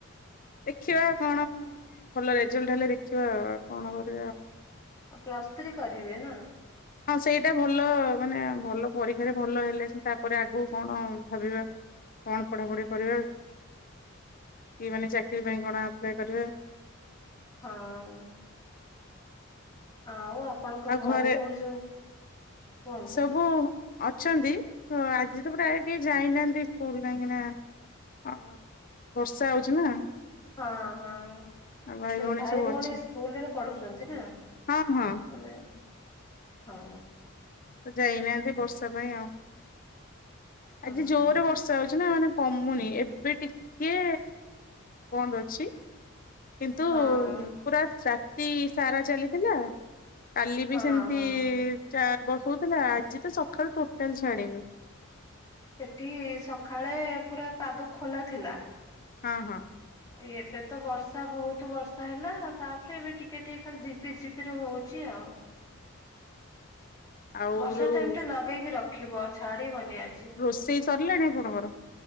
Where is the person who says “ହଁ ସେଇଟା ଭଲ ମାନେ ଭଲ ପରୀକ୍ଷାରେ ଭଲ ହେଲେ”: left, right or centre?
Left